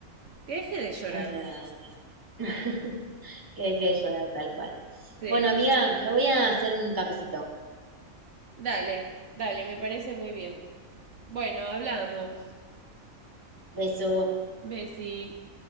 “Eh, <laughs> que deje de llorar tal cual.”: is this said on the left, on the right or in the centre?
Right